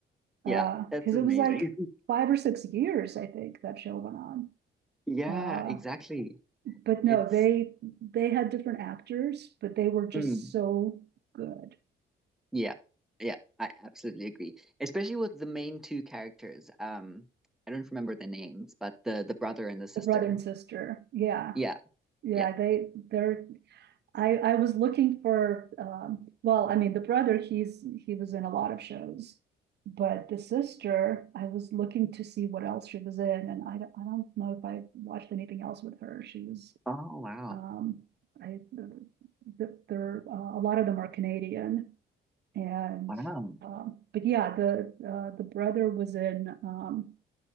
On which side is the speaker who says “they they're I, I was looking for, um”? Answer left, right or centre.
Right